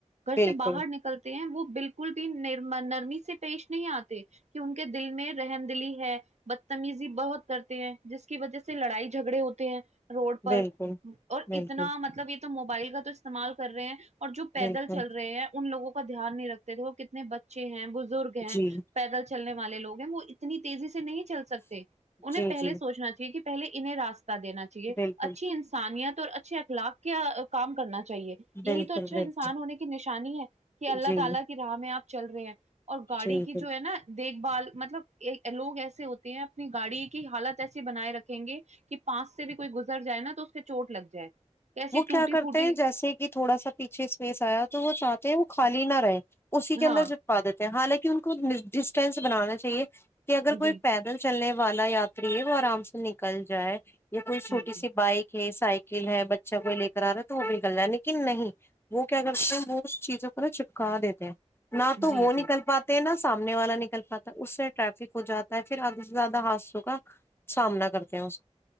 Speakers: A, on the right; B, on the left.
A: گھر
B: بالکل
A: سے باہر نکل تے ہے وہ بالکل بھی نر نرمی سے پیش نہیں آتے کہ ان کے دل میں رہم دلی ہے بدتمیزی بہت کرتے ہیں جس کی وجہ سے لڑائی جھگڑے ہوتے ہیں روڈ پر
B: بالکل
A: اور
B: بالکل
A: اتنا مطلب یہ تو موبائل کا تو استعمال کر رہے ہیں اور جو پیدل
B: بالکل
A: چل ہیں ان لوگوں کا دھیان نہیں رکھتے تھے وہ کتنے بچھے ہیں بزرگ ہیں
B: جی
A: پیدل چل چلنے والے لوگ ہیں وہ اتنی تیزی سے نہیں چل سکتے انہیں
B: جی
A: پہلے
B: جی
A: سوچنا چاہے کہ پہے انہیں راستہ دینا چاہیے
B: بالکل
A: اچھی انس انسانیت اور اچھے اخلاق کا کام کرنا چاہیے
B: بالکل
A: یہی تو اچھا
B: بالکل
A: انسان ہونے نشانی ہے کہ اللہ
B: جی
A: تعالی کی راہ میں آپ چل رہے ہیں اور گاڑی
B: جی بالکل
A: کی جو ہے نا دیکھ بھال مطلب لوگ ایسے ہوتے ہیں اپنی گاڑی کی حالت ایسی بنائے رکھیں گے کہ پانس سے بھی کوئی گزر جائے نا تو اس کے چوٹ لگ جائے ایسی
B: وہ کیا
A: ٹوٹی
B: کرتے
A: پھوٹی
B: ہیں جیسے کہ تھوڑا سا پیچھے اسپیس آیا تو وہ چاہتے ہیں وہ خالی نہ رہے اسی کے
A: ہاں
B: اندر سے چھوپا دیتے ہیں حالانکہ ان کو ڈسٹینس بنانا چاہیے کہ اگر کوئی
A: جی
B: پیدل چلنے والا یاتری ہے وہ آرام سے نکل جائے یا کوئی
A: جی
B: چھوٹی
A: جی
B: سی بائک کہ سائیکل ہے بچہ کوئی لے کر آ رہا ہے تو وہ نکل جائے لیکن نہیں وہ کیا کرتے ہیں وہ چیزوں کو نا چپکا دیتے ہیں نہ تو
A: جی
B: وہ نکل
A: جی
B: پات تے سامنے والا نکل پاتا ہے اس سے ٹریفک ہو جاتا ہے پھر آدھے سے زیادہ حادثوں کا سامنا کرتے ہیں اس